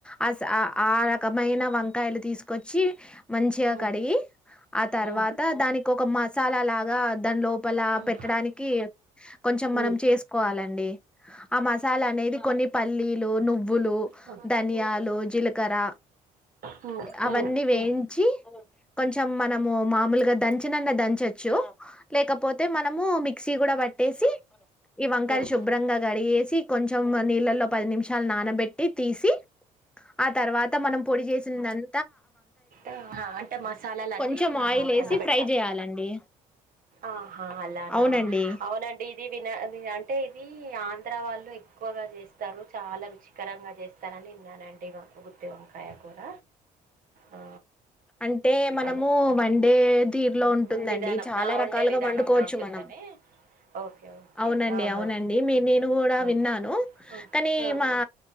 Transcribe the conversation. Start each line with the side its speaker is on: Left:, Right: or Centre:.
Centre: అస్ ఆ అరకమైన వంకాయలు తీసుకొచ్చి మంచిగా
Right: హ్మ్.
Centre: కడిగి ఆ తర్వాత
Right: హ్మ్.
Centre: దానికి ఒక మసాలా లాగా దాని లోపల
Right: హ్మ్.
Centre: పెట్టడానికి కొంచం
Right: హ్మ్.
Centre: మనం చేసుకోవాలండి ఆ మసాలా అనేది ఇ పల్లీలో నువ్ వ్వులు
Right: హ్మ్.
Centre: ధనియాలు
Right: హ్మ్.
Centre: జీలకర్ర
Right: హ్మ్. హ్మ్.
Centre: అవన్నీ వేయించి
Right: హ్మ్.
Centre: కొంచం మనం మో మాముల్గా దంచిన దాంచోచు లేకపోతే మనము మిక్సి గూడ బ టెసి ఈ వంకాలు
Right: హ్మ్.
Centre: శుభ్రంగా కడిగేసి కొంచం మన్ నీళ్ళలో పది నిమిషాలు నానబెట్టి తీసి ఆ తర్వాత మనం పొడి చేసింది దాన్
Right: అ అంటే మసాలాలన్నీ
Centre: కొంచెం
Right: ఆహా
Centre: ఆయిల్ వేసి
Right: అందు పెట్టాలి
Centre: ఫ్రై చేయాలండి
Right: ఆహా అలానా
Centre: అవునండి
Right: అవునండి ఇది విన అవి అంటే ఇది ఆంధ్ర వాళ్ళు ఎక్కువగా చేస్తారు చాలా రుచికరంగా చేస్తారని విన్నానండి గుత్తి వంకాయ కూర ఆ
Centre: అంటే మనము
Right: అలా ఆ,
Centre: వండే తిరులో
Right: ఉమ్,
Centre: ఉంటుందండి
Right: విధానం
Centre: చాలా
Right: ఆ, వండే
Centre: రకాలుగా
Right: విధానంలో
Centre: వండుకోవచ్చు
Right: ఉంటుందని
Centre: మనం
Right: ఓకే ఓకే
Centre: అవునండి
Right: ఆహా
Centre: అవునండి మీ నేను గుడా
Right: ఉమ్,
Centre: విన్నాను
Right: ఉమ్,
Centre: కానీ
Right: ఉమ్,
Centre: మా
Right: ఉమ్,